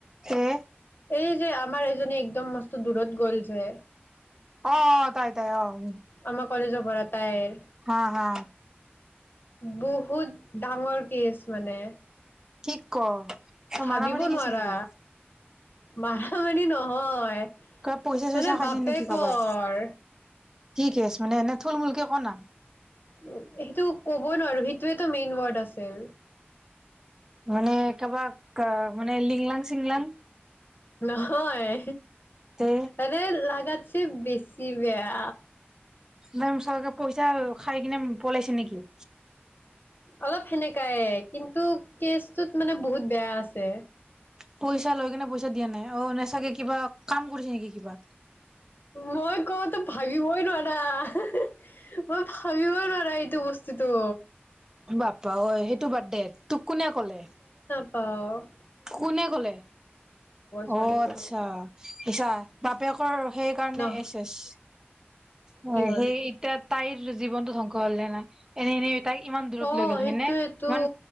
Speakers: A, on the right; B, on the left.
A: এ
B: এই যে আমাৰ এজনে, একদম মস্ত দূৰত গ'ল যে।
A: অ' তাই, তাই, অ'!
B: আমাৰ কলেজৰ পৰা। তাইৰ
A: হা। হা।
B: বহুত ডাঙৰ কেছ মানে।
A: কি ক তই
B: ভাবিব
A: মাৰামাৰি কেছ
B: নোৱাৰা
A: নেকি
B: মাৰা মাৰি নহয়। হয়।
A: কিবা পইচা চইচা
B: মানে
A: খাইছে
B: বাপেকৰ
A: নেকি কাৰোবাৰ কি কেছ মানে এনে থুলমূুলকে ক ন
B: উ সেইটো কব নোৱাৰো সেইটোৱেই ত মেইন ৱৰ্ড আছিল
A: মানে কাৰোবাক মানে লিংলাং চিংলাং
B: নহয়।
A: তে
B: মানে লাগাত ছি বেছি বেয়া
A: ম চৰকাৰে পইচা খাই কিনে পলাইছে নেকি।
B: অলপ সেনেকাইে কিন্তু কেচটোত মানে বহুত বেয়া আছে।
A: পইচা লৈ কিনে পইচা দিয়া নাই অ নেচাগে কিবা কাম কৰিছে নেকি কিবা।
B: মই কতো ভাবিবই নোৱাৰা মই ভাবিবই নোৱাৰা এইটো বস্তুতটো।
A: বাপা অই সেই তোৰ বাৰ্থডে তোক কোনে ক'লে
B: অ
A: কোনে কলে
B: ছোৱালীজনী
A: অ আচ্ছা পেছা বাপেকৰ সেইকাৰণে
B: নহ
A: এচ এচ হয়
B: কি হ'ল
A: সেই এতিয়া তাইৰ জীৱনতটো সং গলে নে নাই এনেনে তাইক ইমান দূৰত
B: অ
A: লৈ গ'ল
B: সেইটোয়েতো
A: হয় নে ইমান